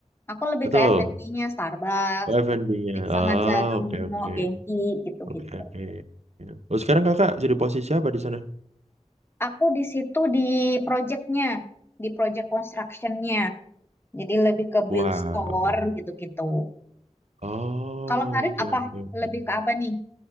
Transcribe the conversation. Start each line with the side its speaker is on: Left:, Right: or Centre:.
Left: Aku lebih
Right: betul.
Left: ke F&B-nya, Starbucks,
Right: Oh F&B-nya.
Left: Pizza
Right: Oh
Left: Marzano,
Right: oke oke
Left: Genki, gitu-gitu.
Right: oke oke. Oh sekarang kakak jadi posisi apa di sana?
Left: Aku di situ di projectnya, di project constructionnya. Jadi lebih ke
Right: Wow.
Left: build store gitu-gitu.
Right: Oh
Left: Kalau Farid
Right: oke
Left: apa?
Right: oke oke.
Left: Lebih ke apa nih?